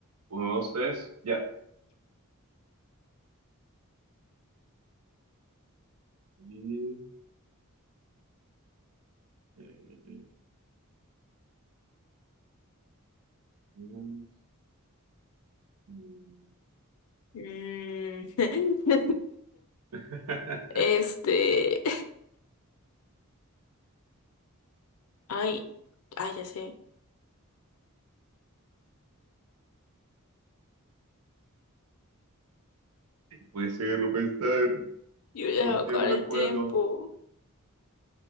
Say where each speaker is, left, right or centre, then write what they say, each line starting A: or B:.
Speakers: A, on the right (about 80°); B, on the left (about 70°).
A: Uno, dos, tres, ya. Y, eh, mm, mm.
B: Mm.
A: <laughs>
B: <laughs> Este. <laughs> Ay, ay, ya sé.
A: Puede ser, no pensar.
B: Yo ya
A: ¿Por
B: va a acabar
A: qué no me
B: el
A: acuerdo?
B: tiempo.